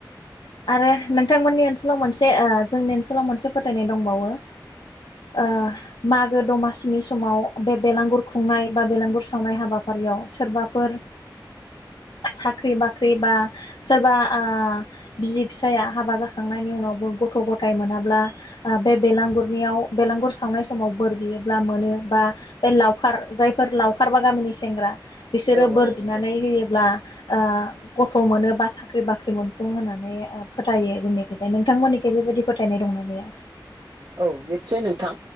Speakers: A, on the left; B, on the right.
A: आरो नोंथांमोननि ओनसोलाव मोनसे ओ जोंनि ओनसोलाव मोनसे फोथायनाय दंबावो ओ मागो दमासिनि समाव बे बेलांगुर खुंनाय बा बेलांगुर सावनाय हाबाफारियाव सोरबाफोर साख्रि बाख्रि बा सोरबा आ बिसि फिसाया हाबा जाखांनायनि उनावबो गथ' गथाय मोनाब्ला ओ बे बेलांगुरनियाव बेलांगुर सावनाय समाव बोर बियोब्ला मोनो बा बे लावखार जायफोर लावखार बा गामिनि सेंग्रा बिसोरो
B: औ
A: बोर
B: नंगौ
A: बिनानै होयोब्ला आ गथ' मोनो बा साख्रि बाख्रि मोनफुंङो होनो माने ओ फोथायो जोंनिखिजाय नोंथांमोननिखै बेबायदि फोथायनाय दंना गैया
B: औ निस्सय नोंथां